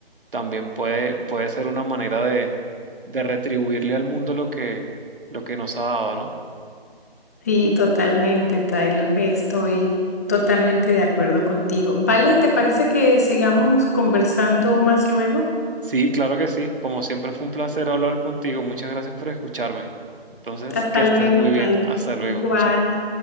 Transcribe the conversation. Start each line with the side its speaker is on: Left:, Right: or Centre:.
Right: también puede, puede ser una manera de, de retribuirle al mundo lo que, lo que nos ha dado, ¿no?
Left: Sí, totalmente, Tyler. Estoy totalmente de acuerdo contigo. Vale, ¿te parece que sigamos conversando más luego?
Right: Sí, claro que sí. Como siempre fue un placer hablar contigo. Muchas gracias por escucharme. Entonces,
Left: Hasta
Right: que estés
Left: luego,
Right: muy
Left: Tyler.
Right: bien. Hasta luego.
Left: Igual.
Right: Chao.